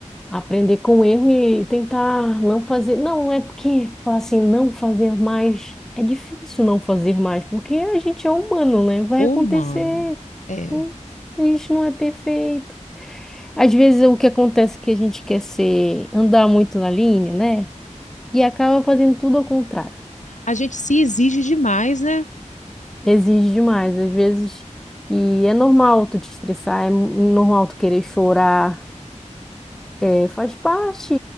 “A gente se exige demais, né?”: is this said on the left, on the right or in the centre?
Left